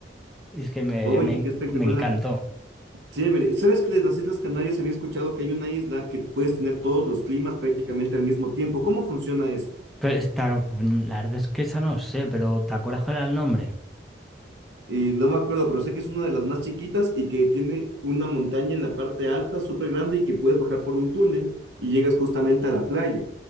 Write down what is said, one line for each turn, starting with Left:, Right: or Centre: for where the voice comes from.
Centre: es que me,
Right: Oye,
Centre: me-
Right: qué espectacular.
Centre: me encantó.
Right: Chévere. ¿Sabes que de las Islas Canarias había escuchado que hay una isla que puedes tener todos los climas prácticamente al mismo tiempo? ¿Cómo funciona esto?
Centre: Pero esta, la verdad es que esa no sé, pero ¿te acuerdas cuál era el nombre?
Right: Y no me acuerdo, pero sé que es una de las más chiquitas y que tiene una montaña en la parte alta, súper grande, y que puedes bajar por un túnel y llegas justamente a la playa.